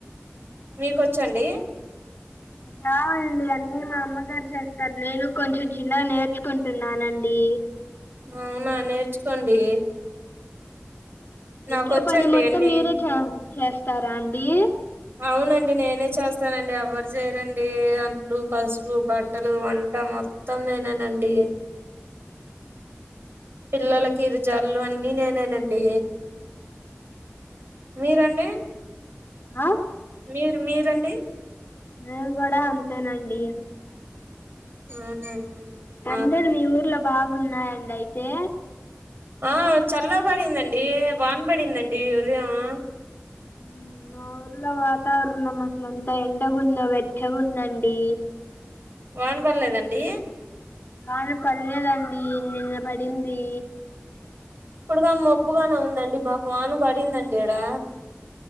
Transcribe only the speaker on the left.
నాక్ రావండి అన్నీ మా అమ్మగార్ చేస్తార్ నేను కొంచెం చిన్నగ నేర్చుకుంటున్నానండి
ఇంట్లో పని మొత్తం
మీరే చ చెస్తారాండి
ఉ
అ
నేను గుడా అంతేనండి
అండలు మీ ఊర్లో బాగున్నాయండి అయితే
మ్ అ మా ఊర్లో వాతావర్ణం అసలు ఎంత ఎండగుందో వెచ్చగుందండి
వాన పల్లేదండి నిన్న పడింది